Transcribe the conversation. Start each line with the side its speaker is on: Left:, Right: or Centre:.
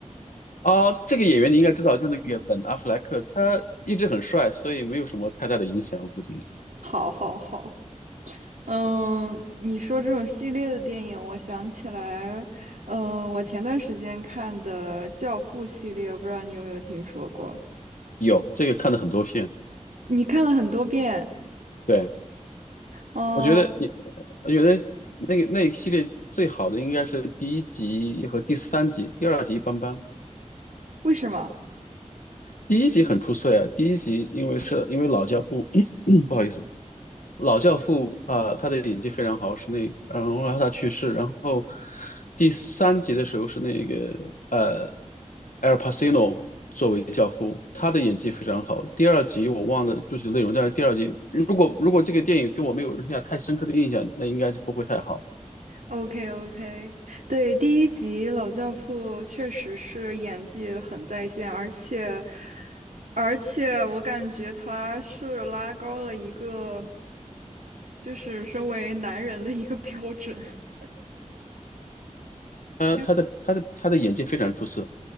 Left: 啊。这个演员你应该知道，就那个本阿弗莱克，他一直很帅，所以没有什么太大的影响，我估计
Right: <laughs> 好，好，好。嗯，你说这种系列的电影，我想起来，呃，我前段时间看的《教父》系列，不知道你有没有听说过？
Left: 有这个看了很多片。
Right: 你看了很多遍
Left: 对，
Right: 哦？
Left: 我觉得你，我觉得那个那一系列最好的应该是第一集和第三集，第二集一般般。
Right: 为什么
Left: 第一集很出色呀，第一集因为是因为老教父，<clears throat> 不好意思，老教父啊、他的演技非常好，是那，然后然后他去世，然后第三集的时候是那个呃 a 尔帕西诺 i n o 作为教父，他的演技非常好。第二集我忘了具体内容，但是第二集如果如果这个电影给我没有留下太深刻的印象，那应该就不会太好。
Right: ？OK OK，对，第一集老教父确实是演技很在线，而且而且我感觉他是拉高了一个，就是身为男人的一个标准。<laughs>
Left: 他他的他的他的演技非常出色，
Right: 就。